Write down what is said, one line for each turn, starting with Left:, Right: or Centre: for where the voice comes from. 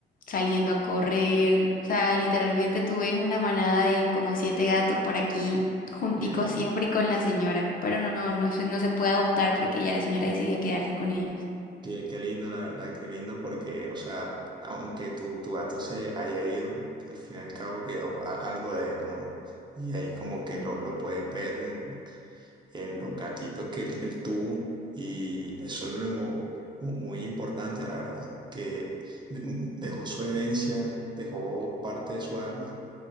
Left: saliendo a correr. O sea, literalmente tú ves una manada de como siete gatos por aquí. junticos
Right: que
Left: siempre y con la señora, pero no, no se, no se puede adoptar porque ya la señora decidió quedarse con ellos.
Right: Qué, qué lindo, la verdad, qué lindo, porque, o sea, aunque tu, tu gato se haya ido, al fin y al cabo quedó a- algo de él, ¿no? Y ahí como que
Left: Mm.
Right: lo, lo puedes ver en, en los gatitos que él, él tuvo, y eso es lo mu- muy importante, la verdad, que de- dejó su herencia, dejó parte de su alma